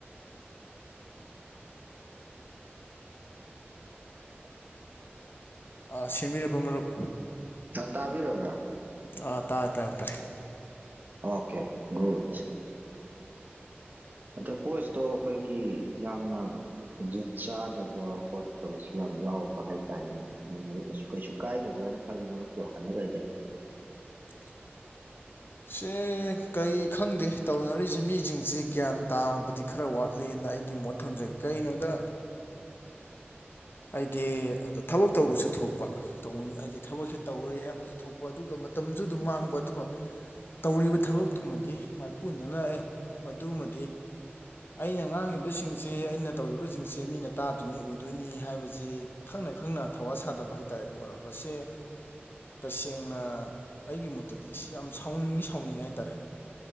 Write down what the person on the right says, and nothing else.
ꯇꯥꯕꯤꯔꯕ꯭ꯔꯥ
ꯑꯣꯀꯦ ꯒꯠ ꯑꯗꯣ ꯄꯣꯏꯁꯇꯣ ꯑꯩꯈꯣꯏꯒꯤ ꯌꯥꯝꯅ ꯍꯧꯖꯤꯛ ꯆꯥꯗꯕ ꯈꯣꯠꯇꯕꯁꯨ ꯌꯥꯝ ꯌꯥꯎꯕ ꯍꯥꯏꯇꯥꯔꯦꯅꯦꯀꯣ ꯑ ꯃꯔꯨꯞꯛꯇꯁꯨ ꯀꯩꯁꯨ ꯀꯥꯏꯗꯕ ꯍꯥꯏꯅ ꯈꯜꯂꯦ ꯃꯔꯨꯞꯇꯨ ꯋꯥꯈꯟꯅꯗ ꯂꯩꯩꯗ